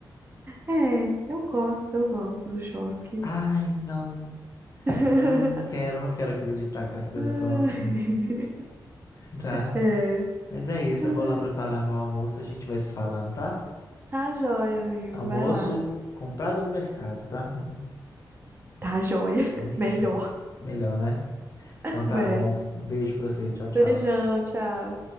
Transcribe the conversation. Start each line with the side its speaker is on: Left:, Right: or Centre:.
Right: É, eu gosto, eu gosto do choque.
Left: Ai, não,
Right: <laughs>
Left: eu não quero, eu não quero acreditar que as coisas
Right: Ai.
Left: são assim, tá?
Right: É.
Left: Mas é isso,
Right: Ai.
Left: eu vou lá preparar meu almoço, a gente vai se falando, tá?
Right: Tá jóia, amigo,
Left: Almoço
Right: vai lá.
Left: comprado no mercado, tá? Não-
Right: Tá jóia, <laughs>
Left: Bonitinho.
Right: melhor.
Left: Melhor, né?
Right: É.
Left: Então tá bom. Beijo pra você. Tchau, tchau.
Right: Beijão, tchau.